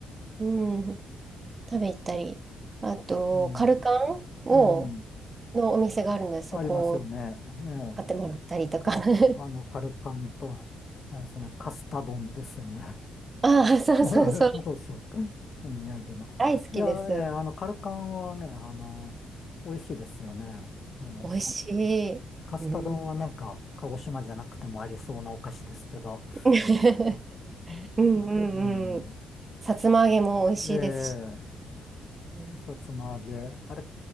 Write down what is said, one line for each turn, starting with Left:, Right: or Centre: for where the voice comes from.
Right: うん。食べ行ったり。あと、
Left: え。うん。
Right: カルカンを、
Left: うん。
Right: のお店があるので、そこを
Left: ありますよね。ええ。
Right: 買ってもらったりとか。
Left: カル、
Right: <laughs>
Left: あの、カルパンと、あれですね、カスタ丼ですよね。
Right: ああ、そうそうそう。
Left: <laughs> あれ、そうそうか。お宮産の。
Right: 大好きです。
Left: いや、ええ、あの、カルカンはね、あの、美味しいですよね。あの、
Right: 美味しい。
Left: カスタ丼はなんか、
Right: うん。
Left: 鹿児島じゃなくてもありそうなお菓子ですけど。
Right: <laughs>
Left: うん。
Right: うんう
Left: うん
Right: んうん。さつま揚げも美味しいですし。
Left: え
Right: うん
Left: えさつま揚げ。あれ、